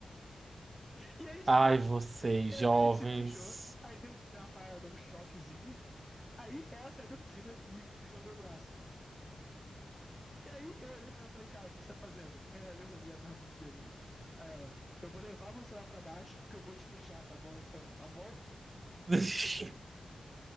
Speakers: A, in the centre; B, on the right.
A: E aí, tipo,
B: Ai, vocês,
A: eu-
B: jovens.
A: a gente se beijou, aí deu uma parada, deu um choquezinho, aí ela saiu da piscina, me puxando pelo braço. E aí eu olhei pra ela e falei, cara, o que que você tá fazendo? Aí Ela olhou pra mim, ela tava muito bêbada. Aí ela, eu vou levar você lá pra baixo porque eu vou te beijar, tá bom? Aí Eu, tá bom?
B: <laughs>